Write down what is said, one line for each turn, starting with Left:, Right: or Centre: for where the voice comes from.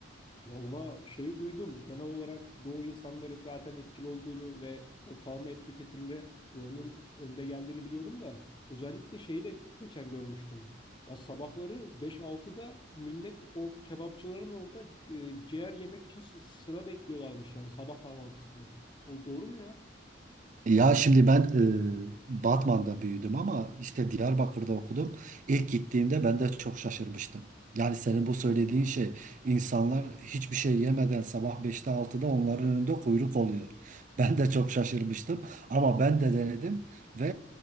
Left: Valla şeyi duydum. Genel olarak Doğu insanları zaten etkili olduğunu ve ortalama et tüketimde Doğu'nun önde geldiğini biliyordum da özellikle şeyi de geçen görmüştüm. Ya sabahları beş altıda millet o kebapçıların orada e, ciğer yemek için sı- sıra bekliyorlarmış yani sabah kahvaltısında. O doğru mu ya?
Right: Ya şimdi ben e, Batman'da büyüdüm ama işte Diyarbakır'da okudum. İlk gittiğimde ben de çok şaşırmıştım. Yani senin bu söylediğin şey insanlar hiçbir şey yemeden sabah beşte altıda onların önünde kuyruk oluyor. <laughs> Ben de çok şaşırmıştım ama ben de denedim ve